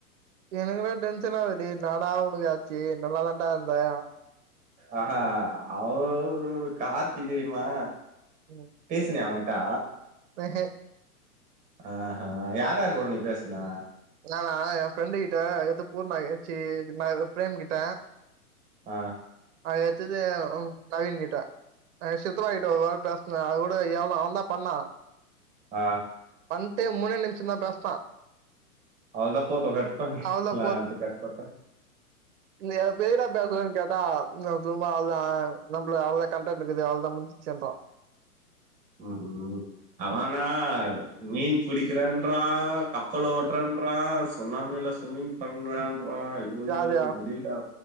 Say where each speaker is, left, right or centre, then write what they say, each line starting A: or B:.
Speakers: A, on the right (about 55°); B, on the right (about 15°).
A: எனக்குல்லா டென்ஷன்னாவுது டேய் எனடா ஒனக்கு ஆச்சு நல்லா தான்டா இருந்தே
B: ஆஹ அவனவுடு ஒரு கார்த்தி தெரியுமா
A: ம்
B: பேசினியா அவங்கிட்டா
A: வேஹெ
B: ஆ ஹெ யாராருகுட நீ பேசுனா
A: நானா என் ஃப்ரெண்டு கிட்ட எது பூர்ண ஏச்சி இது மாரி பிரேம் கிட்ட
B: ஆ
A: அது எத்தது உங் கவின் கிட்ட ஆ சித்தப்ப கிட்ட ஒரு வார் பேஸ்ன அது கூட எவ்ளவு அவன் தா பண்ணா
B: ஆ
A: வண்டே மூனே நிம்ஷ தா பேஸ்னா
B: அவ்லோதா போட்டோ கட்பண்ணி
A: அவள்தா
B: லான்டு கட்பன்ட
A: இல்லயா பேயடா பேசலன்னு கே தா சும்மா அவளதா நம்மள அவ்ள கம்பர் பண்றது அவ்லோதா முஞ்சுச்சுன்ரா
B: ம் ம் அவனா மீன் புடிக்கிறேன்றா கப்பலோட்டுறேன்றா சுண்ணாமில சும்மிங் பண்றேன்றா ஐயயோ
A: யாருயா
B: முடில்டா